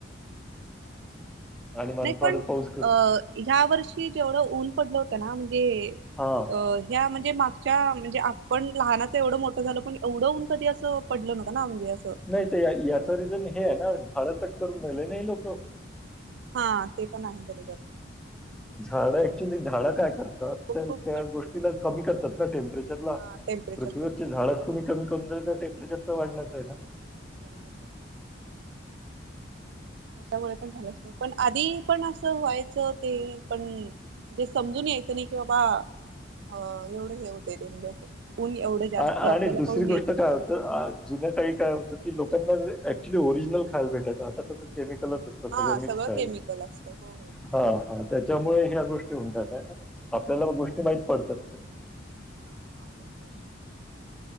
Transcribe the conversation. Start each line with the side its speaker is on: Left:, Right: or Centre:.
Right: अच्छा.
Centre: आणि मराठवाड्यात
Right: नाही पण,
Centre: पाऊस क-
Right: अ-ह्या वर्षी जेवढं ऊन पडलं होतं ना म्हणजे
Centre: हा
Right: अ ह्या म्हणजे मागच्या म्हणजे पण लहानाचं एवढं मोठं झाल पण एवढं ऊन कधी असं पडलं न्हवतं ना. म्हणजे असं
Centre: नाहीत याच रिझन हे आहे, ना झाडं कट करून राहील ना ही लोक.
Right: हा ते पण आहे बरोबर.
Centre: झाड ऍक्च्युली झाड काय करतात
Right: खूप
Centre: तर
Right: खूप
Centre: त्या
Right: कट
Centre: गोष्टी
Right: केले होते.
Centre: कमी करतात टेंपरेचर
Right: हा टेम्परेचर
Centre: पृथ्वीवर
Right: कमी कर
Centre: झाडच तुमी- ही कोण तर
Right: कमी
Centre: टेम्पेचरच
Right: केलं
Centre: वाढणचं
Right: हा
Centre: आहे ना.
Right: बरोबर बरोबरं. हच्यामुळे पण झालं असेल. पण आधी पण असं व्हायचं ते पण जे समजून यायच. नाही कि बाबा, अ एवढं हे होतय ते म्हणजे असं. ऊन एवढं जास्त
Centre: आणि
Right: आपल्याला
Centre: दुसरी
Right: कळून
Centre: गोष्ट
Right: यायचं नाही.
Centre: काय होतं, जुन्या काळी काय होतं की लोक ना ऍक्च्युली ओरिजनल खायला भेटायचं आता कस केमिकॅल चं असत
Right: हा
Centre: सगळ
Right: सगळं
Centre: मिक्स आहे.
Right: केमिकल असतं हो
Centre: हा त्याच्यामुळे ह्या गोष्टी हॊतात. आपल्याला मग गोष्टी माहीत पडतात.
Right: हा बरोबर.